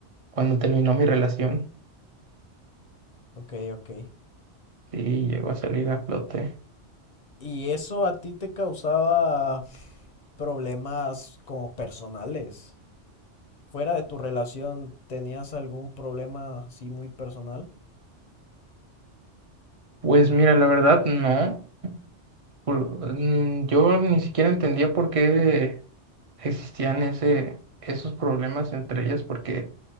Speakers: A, on the right; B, on the left.
A: cuando terminó mi relación
B: Ok, ok.
A: y llegó a salir a flote.
B: ¿Y eso a ti te causaba problemas como personales? ¿Fuera de tu relación tenías algún problema así muy personal?
A: Pues mira, la verdad, no. Por- mm, yo ni siquiera entendía por qué existían ese, esos problemas entre ellas, porque